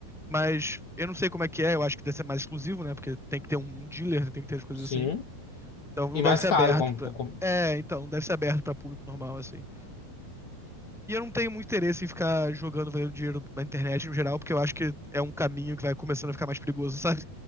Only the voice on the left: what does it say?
sim.
E
mais
caro,
como,
como-